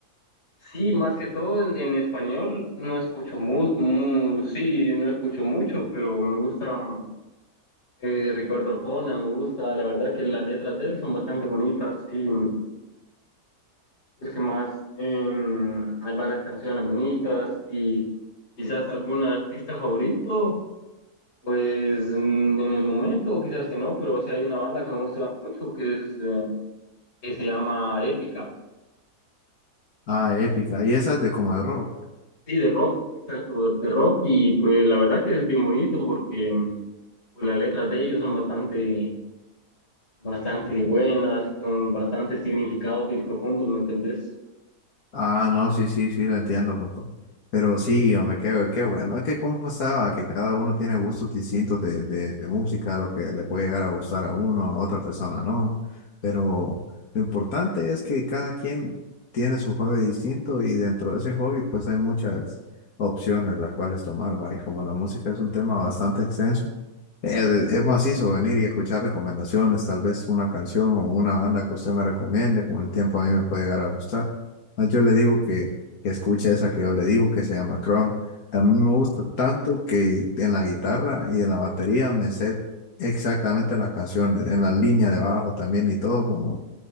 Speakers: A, on the left (about 90°); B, on the left (about 65°).
A: sí, más que todo en, en español no escucho mu, mu- sí, no escucho mucho, pero me gusta Eh, Ricardo Arjona, me gusta, la verdad que las letras de él son bastante bonitas y pues que más em, hay varias canciones bonitas y quizás algún artista favorito, pues mm, en el momento quizás que no, pero sí hay una banda que me gusta mucho que es eh, que se llama Épica,
B: Ah, épica. ¿Y esa es de como de rock?
A: sí, de rock, exacto, de, de rock y pues la verdad que es bien bonito porque mm, pues, las letras de ellos son bastante bastante buenas, con bastante significado bien profundo, ¿me entendés?
B: Ah, no, sí, sí, sí, lo entiendo, compa. Pero sí, hombre, qué, qué bueno. Es que como estaba, que cada uno tiene gustos distintos de, de, de música, lo que le puede llegar a gustar a uno, a otra persona, no. Pero lo importante es que cada quien tiene su hobby distinto y dentro de ese hobby pues hay muchas opciones las cuales tomar, va. Y como la música es un tema bastante extenso, es, es macizo venir y escuchar recomendaciones, tal vez una canción o una banda que usted me recomiende, con el tiempo a mí me puede llegar a gustar. Ah, Yo le digo que, que escuche esa que yo le digo que se llama Chrome. También me gusta tanto que en la guitarra y en la batería me sé exactamente las canciones, en la línea de bajo también y todo, como